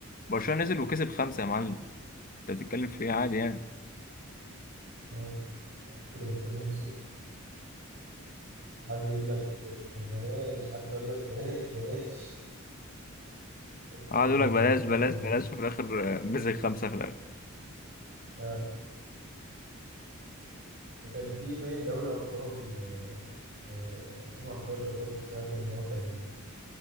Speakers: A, on the left; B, on the right.
A: برشلونه نزل وكسب خمسه يا معلم انت بتتكلم في ايه عادي يعني
B: مم. انتوا اللي جبتوا لنا قعد يقول لك بلاش قعدت اقول لك بلاش بلاش انت
A: قعد
B: ال
A: يقول لك بلاش بلاش
B: انت ال
A: بلاش وفي الاخر آه، مسك خمسه في الاخر
B: آه. كان في باين دوري ابطال آه، في 2011 برضه سمعت ان هو كان